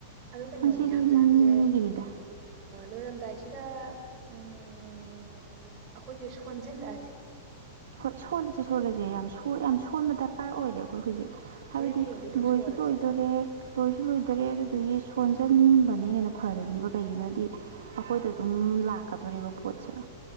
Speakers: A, on the right; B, on the right.
A: ꯑꯗꯣ ꯀꯩꯅꯣꯅꯦ
B: ꯉꯁꯤꯗꯤ
A: ꯍꯛꯆꯥꯡꯁꯦ
B: ꯃꯤ ꯃꯤꯒꯤꯅꯤꯗ
A: ꯂꯣꯏꯔꯝꯗꯥꯏꯁꯤꯗ ꯑꯩꯈꯣꯏꯁꯨ ꯁꯣꯟꯖꯤꯜꯂꯛꯑꯁꯦ
B: ꯍꯣꯏ ꯁꯣꯜꯂꯁꯦ ꯁꯣꯜꯂꯁꯦ ꯌꯥꯝ ꯌꯥꯝ ꯁꯣꯟꯕ ꯗꯔꯀꯥꯔ ꯑꯣꯏꯔꯦ ꯑꯩꯈꯣꯏ ꯍꯧꯖꯤꯛ ꯍꯥꯏꯕꯗꯤ
A: ꯍꯣꯔꯦꯟ ꯍꯌꯦꯡꯗꯤ ꯑꯗꯨꯝ ꯁꯣꯜꯂꯁꯦ
B: ꯂꯣꯏꯁꯨ ꯂꯣꯏꯗꯣꯔꯦ ꯂꯣꯏꯁꯨ ꯂꯣꯏꯗꯔꯦ ꯑꯗꯨꯗꯨꯒꯤ ꯁꯣꯟꯖꯤꯟꯕꯅ ꯍꯦꯟꯅ ꯐꯔꯅꯤꯕ ꯀꯩꯒꯤꯅꯣ ꯍꯥꯏꯗꯤ ꯑꯩꯈꯣꯏꯗ ꯑꯗꯨꯝ ꯎꯝ ꯂꯥꯛꯀꯥꯗꯧꯔꯦꯕ ꯄꯣꯠꯁꯦ